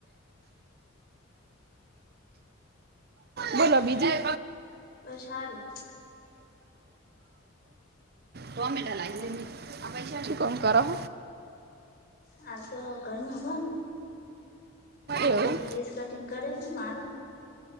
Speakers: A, on the right (about 45°); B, on the left (about 45°).
A: બોલો બીજું?
B: બસ સારું
A: છ મિટ લાગ
B: હા
A: દ પૈસા કોણ કરવ?
B: હાલ તો ઘર ન કો કાલી
A: એવું
B: એક ડ્રેસ કટિંગ કરે છે મારો.